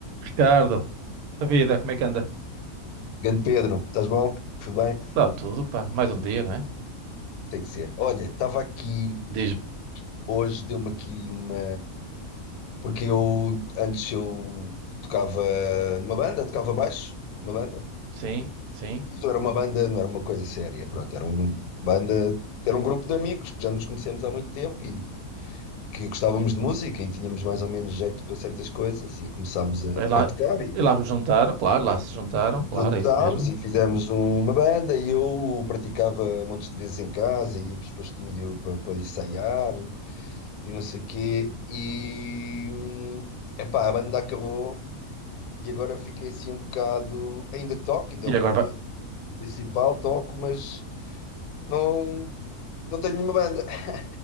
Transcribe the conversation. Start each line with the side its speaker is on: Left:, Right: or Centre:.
Right: Ricardo, a vida, como é que anda?
Left: Grande Pedro, estás bom? Tudo bem?
Right: Dá tudo, pá. Mais um dia, não é?
Left: Tem que ser. Olha, estava aqui
Right: Diz-me.
Left: hoje, deu-me aqui uma. Porque eu antes eu tocava numa banda, tocava baixo, uma banda.
Right: Sim, sim.
Left: Mas não era uma banda, não era uma coisa séria, pronto, era um banda, era um grupo de amigos que já nos conhecemos há muito tempo e que gostávamos de música e tínhamos mais ou menos jeito para certas coisas e começámos a,
Right: E lá,
Left: a tocar e,
Right: e lá vos juntaram, claro, lá se juntaram, claro,
Left: Juntámos
Right: é isso mesmo.
Left: e fizemos um, uma banda e eu praticava montes de vezes em casa, íamos para o estúdio para, para ensaiar e não sei o quê. E hum, epá, a banda acabou e agora fiquei assim um bocado. Ainda toco, ainda
Right: E
Left: é o meu
Right: agora vai.
Left: principal, toco, mas não, não tenho nenhuma banda. <laughs>